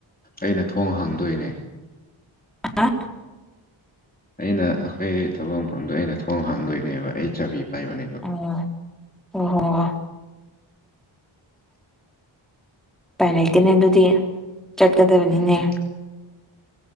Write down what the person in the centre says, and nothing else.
ꯑ
ꯑꯣ ꯑꯣ ꯍꯣ ꯥꯏ ꯂꯩ ꯂꯩꯇꯦꯅꯦ ꯑꯗꯨꯗꯤ ꯆꯠꯀꯗꯕꯅꯤꯅꯦ